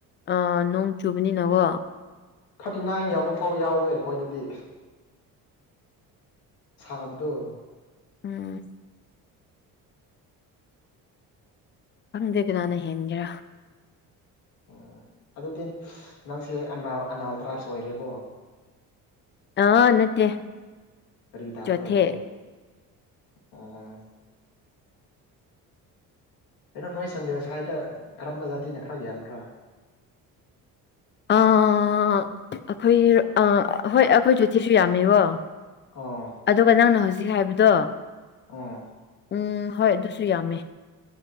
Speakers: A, on the left (about 30°); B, on the left (about 80°).
A: ꯑꯥ ꯅꯣꯡ ꯆꯨꯕꯅꯤꯅꯀꯣ
B: ꯊꯥꯔꯇꯤ ꯅꯥꯏꯟ ꯌꯥꯎꯕ ꯐꯥꯎ ꯌꯥꯎꯋꯦ ꯑꯩꯈꯣꯏꯗꯗꯤ ꯁꯥꯕꯗꯣ
A: ꯎꯝ ꯈꯪꯗꯦ ꯀꯅꯥꯅ ꯍꯦꯟꯒꯦꯔꯥ
B: ꯎꯝ ꯑꯗꯨꯗꯤ ꯅꯪꯁꯦ ꯑꯅꯥꯜ ꯑꯅꯥꯜ ꯇ꯭ꯔꯥꯏꯞꯁ ꯑꯣꯏꯔꯦꯀꯣ
A: ꯑꯥ ꯅꯠꯇꯦ
B: ꯀꯔꯤ ꯇꯥꯕ꯭ꯔꯣ
A: ꯆꯣꯊꯦ
B: ꯑꯗꯨꯗꯤ <unintelligible> ꯀꯩꯅꯣ ꯅꯣꯏ ꯆꯟꯗ꯭ꯔ ꯁ꯭ꯋꯥꯏꯗ ꯀꯔꯝꯕ ꯖꯥꯇꯤꯅ ꯈꯔ ꯌꯥꯝꯕ꯭ꯔꯥ
A: ꯑꯥ ꯑꯩꯈꯣꯏ ꯑꯥ ꯍꯣꯏ ꯑꯩꯈꯣꯏ ꯆ‌ꯣꯊ‌ꯦꯁꯨ ꯌꯥꯝꯃꯦꯀ‌ꯣ
B: ꯑꯣ
A: ꯑꯗꯨꯒ ꯅꯪꯅ ꯍꯧꯖꯤꯛ ꯍꯥꯏꯕꯗꯣ
B: ꯑꯣ
A: ꯎꯝ ꯍꯣꯏ ꯑꯗꯨꯁꯨ ꯌꯥꯝꯃꯦ